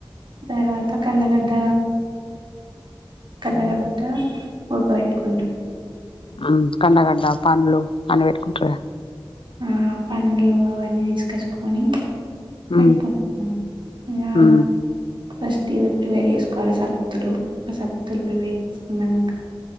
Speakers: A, on the right; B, on the left.
A: తర్వాత కన్నగడ్డ కండగడ్డ ఉడక పెట్టుకుంటారు
B: ఆ కండగడ్డ పండ్లు అని పెట్టుకుంటారు గా
A: ఆ పండ్లు అవన్నీ తీసుకచ్చుకొని పెడ్తాము
B: ఉమ్
A: యా
B: ఉమ్
A: ఫస్ట్ ఇవి ప్రిపేర్ చేసుకోవాలి సత్తులు ఆ సత్తులు ప్రిపేర్ చేసుకున్నగా